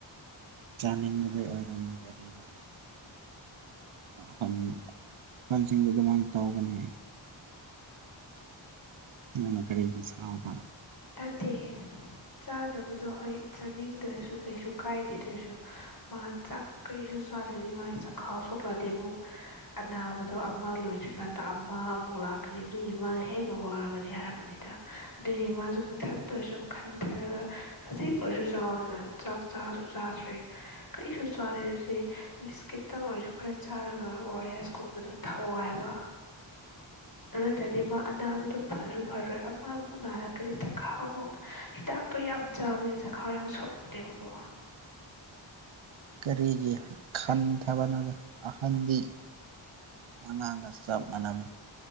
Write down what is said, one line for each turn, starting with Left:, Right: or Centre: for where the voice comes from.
Right: ꯆꯥꯅꯤꯡꯕꯒꯤꯩ ꯑꯣꯏꯔꯝꯃꯤꯕꯗꯤ ꯏꯕꯥꯅꯦ ꯍ ꯍꯟꯁꯤꯡꯗꯃꯥꯡ ꯇꯧꯕꯅꯤ ꯃꯣꯏꯅ ꯀꯔꯤꯒꯤ ꯁꯥꯕ
Left: ꯇꯦ ꯆꯥꯗꯕꯗꯣ ꯍꯣꯏ ꯆꯥꯅꯤꯡꯗ꯭ꯔꯁꯨ ꯀꯩꯁꯨ ꯀꯥꯏꯗꯦꯗꯔꯁꯨ ꯃꯥ ꯆꯥꯛ ꯀꯔꯤꯁꯨ ꯆꯥꯗꯗꯤ ꯃꯥꯒꯤ ꯆꯥꯛꯈꯥꯎ ꯁꯣꯛꯂꯛꯑꯗꯤ ꯑꯃꯨꯛ ꯑꯅꯥꯕꯗꯣ ꯑꯃ ꯂꯣꯏꯗ꯭ꯔꯤꯀꯥꯟꯗ ꯑꯃ ꯑꯃꯨꯛ ꯂꯥꯛꯀꯅꯤ ꯑꯗꯨꯒꯤ ꯃꯥꯅ ꯍꯦꯟꯅ ꯋꯥꯒꯅꯤ ꯍꯥꯏꯕ ꯑꯃꯅꯤꯗ ꯑꯗꯨꯃꯁꯨ ꯃ ꯊꯥ ꯟꯗ ꯑꯣꯏꯔꯁꯨ ꯈꯟꯊꯔꯒ ꯈꯖꯤꯛ ꯑꯣꯏꯔꯁꯨ ꯆꯥꯎꯗꯅ ꯆꯥꯛ ꯆꯥꯔꯁꯨ ꯆꯥꯗ꯭ꯔꯦ ꯀꯔꯤꯁꯨ ꯆꯥꯗ ꯑꯗꯨꯗꯤ ꯕꯤꯁꯀꯤꯠꯇꯪ ꯑꯣꯏꯔꯁꯨ ꯈꯔ ꯆꯥꯔꯒ ꯑꯣ ꯑꯥ ꯑꯦꯁ ꯀꯨꯝꯕꯗꯣ ꯊꯛꯑꯣ ꯍꯥꯏꯕ ꯑꯗꯨꯗꯗꯤ ꯃꯥ ꯑꯅꯥꯕꯗꯨ ꯐꯔꯨ ꯐꯔꯣꯏ ꯑꯃꯃꯨꯛ ꯅꯥꯔꯛꯒꯗꯤ ꯆꯈꯥꯎ ꯑꯃꯨꯛ ꯍꯤꯗꯥꯛꯇꯣ ꯌꯥꯝ ꯆꯥꯕꯅꯦ ꯆꯈꯥꯎ ꯌꯥꯝ ꯁꯣꯛꯄꯅꯦꯕꯀꯣ
Right: ꯀꯔꯤꯒꯤ ꯈꯟꯊꯕꯅꯣꯗ ꯑꯍꯟꯗꯤ ꯑꯉꯥꯡꯒ ꯆꯞ ꯃꯥꯟꯅꯕꯅꯤ